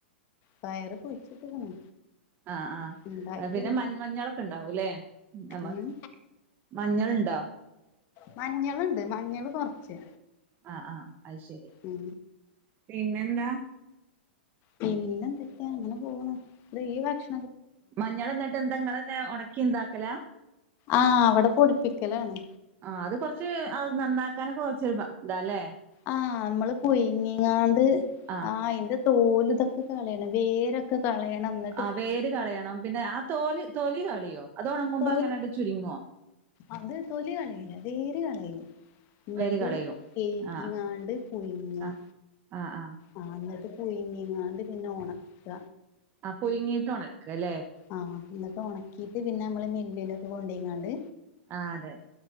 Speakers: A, on the left; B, on the right.
A: പയർ കുഴിച്ചിട്ട്ക്ക്ണ്
B: ആഹ്
A: ഇണ്ടായിട്ടില്ല
B: ആഹ് പിന്നെ മഞ്ഞ മഞ്ഞളൊക്കെ ഉണ്ടാവൂല്ലേ നമ്മ
A: ഉം
B: മഞ്ഞള്ണ്ടോ
A: മഞ്ഞള്ണ്ട് മഞ്ഞള് കൊർച്ച്
B: ആഹ് ആഹ് അത് ശെരി
A: ഉം
B: പിന്നെന്താ
A: പിന്നെ എന്തെക്കെ അങ്ങനെ പോണ് ഈ ഭക്ഷ
B: മഞ്ഞള് എന്നട്ട് എന്താ ഇങ്ങളന്നെ ഒണക്കി ഇനക്കല
A: ആഹ് അവടെ പൊടിപ്പിക്കലാണ്
B: ആ അത് കൊർച്ച് നന്നാക്കാനൊക്കെ കൊർച്ച് ഇതാ ല്ലേ
A: ആഹ് നമ്മള് പുയ്ങ്ങികാണ്ട്
B: ആഹ്
A: ആ അയ്ന്റെ തോല് ഇതൊക്കെ കളയണം വേരൊ ക്കെ കളയണം ന്നട്ട്
B: ആ വേര് കളയണം പിന്നെ ആ തോല് തൊലി കളയോ അത് ഒണങ്ങുമ്പോ
A: തോല്
B: അങ്ങനെങ്ട്ട് ചുര്ങ്ങോ?
A: അത് തൊലി കളീല്ല വേര് കളയും ന്നട്ട്
B: വേര് കളയും
A: കയ്കിങ്ങാണ്ട്
B: ആഹ്
A: പുയ്ങ്ങ
B: ആഹ് ആഹ് ആഹ്
A: ആ ന്നട്ട് പുയ്ങ്ങികാണ്ട് പിന്നെ ഒണക്ക
B: ആഹ് പുയ്ങ്ങീട്ട് ഒണക്ക ല്ലേ
A: ആഹ് ന്നട്ട് ഒണക്കീട്ട് പിന്നെ നമ്മള് മില്ലിലൊക്കെ കൊണ്ടയ്ങ്ങാണ്ട്
B: ആഹ് അതെ